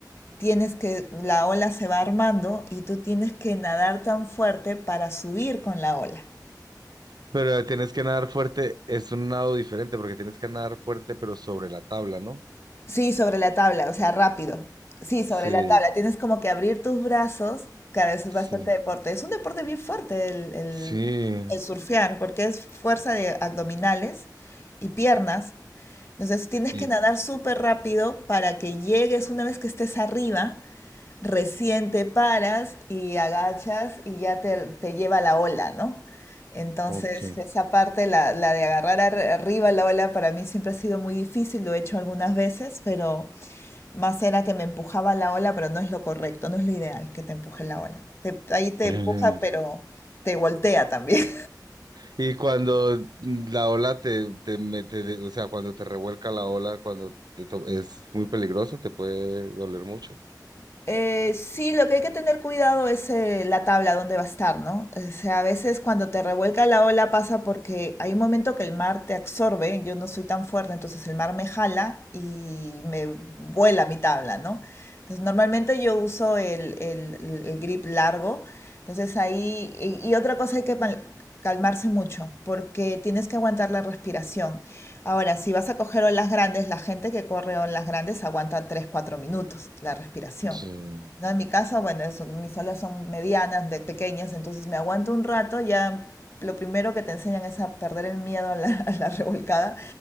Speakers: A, on the left; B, on the right.
A: tienes que, la ola se va armando y tú tienes que nadar tan fuerte para subir con la ola.
B: Pero eh, tienes que nadar fuerte, es un nado diferente porque tienes que nadar fuerte pero sobre la tabla, ¿no?
A: Sí, sobre la tabla, o sea, rápido. Sí, sobre
B: Sí,
A: la tabla. Tienes como que abrir tus brazos. Claro, eso es
B: sí,
A: bastante deporte. Es un deporte bien fuerte el, el-
B: sí,
A: el surfear, porque es fuerza de abdominales y piernas. Entonces tienes
B: y,
A: que nadar súper rápido para que llegues una vez que estés arriba recién te paras y agachas y ya te, te lleva la ola, ¿no? Entonces,
B: ok.
A: esa parte, la, la de agarrar arri- arriba la ola, para mí siempre ha sido muy difícil, lo he hecho algunas veces, pero más era que me empujaba la ola, pero no es lo correcto, no es lo ideal que te empuje la ola. Te- ahí te
B: Eh,
A: empuja, pero te voltea también.
B: Y cuando la ola te, te mete, de- o sea, cuando te revuelca la ola, cuando te to- es muy peligroso, te puede doler mucho.
A: Eh, sí, lo que hay que tener cuidado es eh, la tabla donde va a estar, ¿no? O sea, a veces cuando te revuelca la ola pasa porque hay un momento que el mar te absorbe, yo no soy tan fuerte, entonces el mar me jala y me vuela mi tabla, ¿no? Entonces normalmente yo uso el, el- el- el grip largo, entonces ahí, y, y otra cosa hay que mal- calmarse mucho, porque tienes que aguantar la respiración. Ahora, si vas a coger olas grandes, la gente que corre olas grandes aguanta tres, cuatro minutos la respiración.
B: Sí,
A: No, en mi casa, bueno, eso, mis salas son medianas, de pequeñas, entonces me aguanto un rato, ya lo primero que te enseñan es a perder el miedo a la, <laughs> a la revolcada.